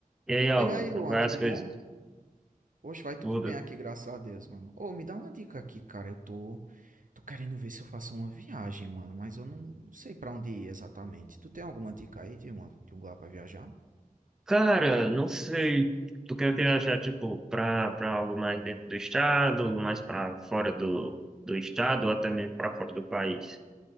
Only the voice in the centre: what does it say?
E aí, Álvaro,
como vai
as
coisas?
Tudo.
Cara, não sei. Tu quer viajar, tipo, pra, pra algo mais dentro do estado, algo mais pra fora do, do estado, ou até mesmo pra fora do país?